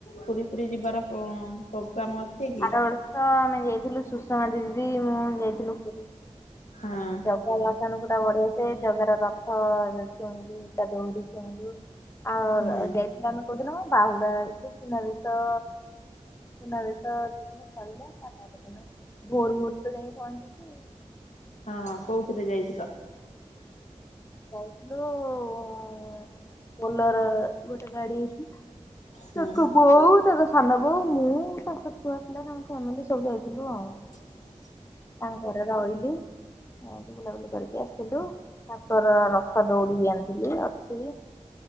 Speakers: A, on the left (about 85°); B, on the left (about 25°).
A: ପୁରୀ ଫୁରୀ ଯିବାର ପୋ ପୋଗ୍ରାମ୍ ଅଛି? କି?
B: ଆର ବର୍ଷ ଆମେ ଯାଇଥିଲୁ ସୁଷମା ଦିଦି ମୁଁ ଯାଇଥିଲୁ ପୁରୀ।
A: ହଁ।
B: ଜଗା ଦର୍ଶନ ପୁରା ବଢିଆ ସେ ଜଗା ର ରଥ ଯେ ଛୁଇଁଲୁ ତା ଦୋଉଡି ଛୁଇଁଲୁ। ଆଉ
A: ହୁଁ
B: ର ର ଯାଇଥିଲୁ ଆମେ କୋଉଦିନ କନି ବାହୁଢା ଯୋଉ ସୁନାବେଶ। ସୁନା ବେଶ ଯୋଉଦିନ ସଇଲା ତା ପର ଦିନ ଭୋରୁ ଭୋରୁ ତ ଯାଇଁକି ପହଞ୍ଚିଛୁ।
A: ହଁ କୋଉଥିରେ ଯାଇଥିଲ?
B: ଯାଇଥିଲୁ ବୋଲର ଗୋଟେ ଗାଡି ହେଇଥିଲା।
A: ହଁ
B: ତାଙ୍କ ବୋଉ, ତାଙ୍କ ସାନ ବୋଉ, ମୁଁ ତାଙ୍କ ଛୁଆ ପିଲା ତାଙ୍କ ଫ୍ୟାମିଲି ସବୁ ଯାଇଥିଲୁ ଆଉ।
A: ହ <inaudible>
B: ତାଙ୍କ ଘରେ ରହିଲି ଏମିତି ବୁଲାବୁଲି କରିକି ଆସିଲୁ। ତୋର ରଥ ଦୋଉଡି ଆଣିଥିଲି ଅଛି।